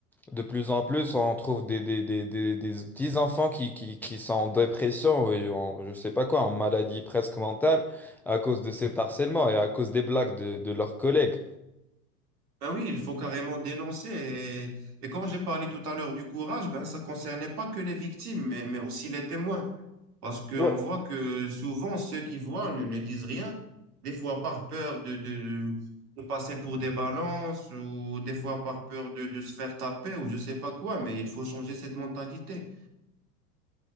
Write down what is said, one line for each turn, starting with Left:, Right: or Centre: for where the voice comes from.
Centre: de plus en plus, on trouve des, des, des, des, des petits enfants qui, qui, qui sont en dépression et en, je sais pas quoi, en maladie presque mentale à cause de cet harcèlement et à cause des blagues de, de leurs collègues.
Right: Ben oui, il faut carrément dénoncer. Et, et comme j'ai parlé tout à l'heure du courage, ben ça concernait pas que les victimes, mais, mais aussi les témoins. Parce qu'on
Centre: Ouais.
Right: voit que souvent, ceux qui voient ne, ne disent rien, des fois par peur de, de, de passer pour des balances ou des fois par peur de, de se faire taper ou je sais pas quoi, mais il faut changer cette mentalité.